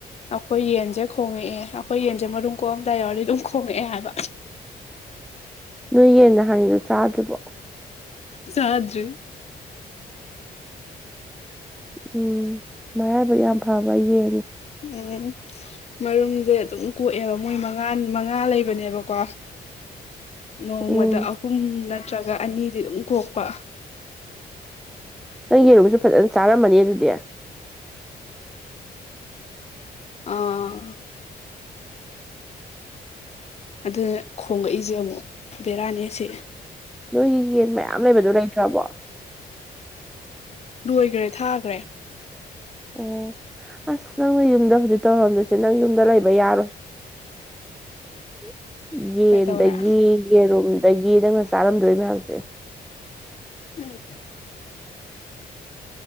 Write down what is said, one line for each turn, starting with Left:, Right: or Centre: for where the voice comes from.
Left: ꯑꯈꯣꯏ ꯌꯦꯟꯁꯦ ꯈꯣꯡꯉꯛꯑꯦ ꯑꯈꯣꯏ ꯌꯦꯟꯁꯦ ꯃꯔꯨꯝ ꯀꯣꯛꯑꯝꯗꯥꯏ ꯌꯥꯎꯔꯗꯤ ꯑꯗꯨꯝ ꯈꯣꯡꯉꯛꯑꯦ ꯍꯥꯏꯕ
Centre: ꯅꯣꯏ ꯌꯦꯟ ꯅꯍꯥꯟꯒꯤꯗꯣ ꯆꯥꯗ꯭ꯔꯤꯕꯣ
Left: ꯆꯗ꯭ꯔꯤ
Centre: ꯎꯝ ꯃꯔꯥꯏꯕꯛ ꯌꯥꯝ ꯐꯕ ꯌꯦꯟꯅꯤ
Left: ꯎꯝ ꯃꯔꯨꯝꯖꯦ ꯑꯗꯨꯝ ꯀꯣꯛꯑꯦꯕ ꯃꯣꯏ ꯃꯉꯥ ꯃꯉꯥ ꯂꯩꯕꯅꯦꯕꯀꯣ ꯅꯣꯡꯃꯗ
Centre: ꯎꯝ
Left: ꯑꯍꯨꯝ ꯅꯠꯇ꯭ꯔꯒ ꯑꯅꯤꯗꯤ ꯑꯗꯨꯝ ꯀꯣꯛꯄ
Centre: ꯅꯪ ꯌꯦꯔꯨꯝꯕꯁꯨ ꯐꯖꯅ ꯆꯥꯔꯝꯃꯅꯤ ꯑꯗꯨꯗꯤ
Left: ꯑꯥ ꯑꯗꯨ ꯈꯣꯡꯂꯛꯏꯖꯦ ꯑꯃꯨꯛ ꯕꯦꯔꯥꯅꯤ ꯑꯁꯤ
Centre: ꯅꯣꯏꯒꯤ ꯌꯦꯟ ꯃꯌꯥꯝ ꯂꯩꯕꯗꯨ ꯂꯩꯇ꯭ꯔꯕꯣ
Left: ꯂꯣꯏꯒ꯭ꯔꯦ ꯊꯥꯒ꯭ꯔꯦ
Centre: ꯑꯣ ꯑꯁ ꯅꯪꯅ ꯌꯨꯝꯗ ꯍꯧꯖꯤꯛ ꯇꯧꯔꯝꯗꯣꯏꯁꯦ ꯅꯪ ꯌꯨꯝꯗ ꯂꯩꯕ ꯌꯥꯔꯣꯏ <inaudible> ꯌꯦꯟꯗꯒꯤ
Left: ꯀꯩꯗꯧꯔꯦ
Centre: ꯌꯦꯔꯨꯝꯗꯒꯤ ꯅꯪꯅ ꯆꯥꯔꯝꯗꯣꯏ ꯃꯌꯥꯝꯁꯦ
Left: ꯎꯝ